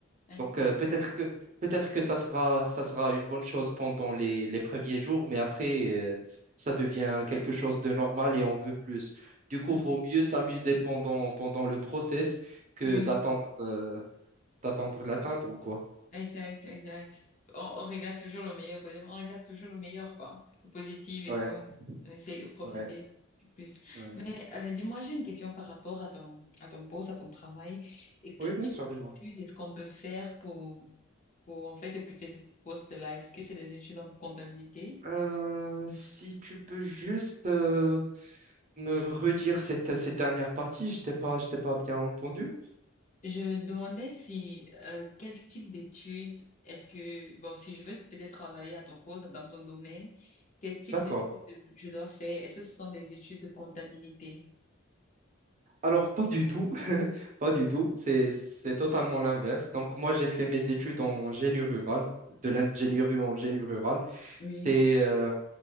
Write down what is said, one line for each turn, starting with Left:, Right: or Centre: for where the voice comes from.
Left: Exact.
Right: Donc euh, peut-être que peut-être que ça sera ça sera une bonne chose pendant les, les premiers jours, mais après euh, ça devient quelque chose de normal et on veut plus. Du coup,
Left: Ouais.
Right: vaut mieux s'amuser pendant pendant le process que
Left: Oui,
Right: d'attendre euh, d'attendre l'atteindre ou quoi.
Left: exact, exact. On, on regarde toujours le meilleur, quoi. On regarde toujours le meilleur, quoi. Le positif et
Right: Ouais,
Left: tout. On essaye de profiter
Right: ouais.
Left: plus.
Right: Ouais.
Left: Mais euh, dis-moi, j'ai une question par rapport à ton, à ton poste, à ton travail. Et quel
Right: Oui, bien
Left: type
Right: sûr, dis-moi.
Left: d'études est-ce qu'on peut faire pour, pour en fait occuper ce poste-là? Est-ce que c'est des études en comptabilité?
Right: Euh, si tu peux juste euh, me redire cette, cette dernière partie, je t'ai pas, je t'ai pas bien entendu.
Left: Je demandais si euh, quel type d'études est-ce que bon si je veux peut-être travailler à ton poste dans ton domaine, quel type
Right: D'accord.
Left: d'études je dois faire? Est-ce que ce sont des études de comptabilité?
Right: Alors, pas du tout, <laughs> pas du tout, c'est, c'est totalement l'inverse. Donc, moi, j'ai fait mes études en génie rural, de l'ingénierie en génie rural.
Left: Oui,
Right: C'est euh,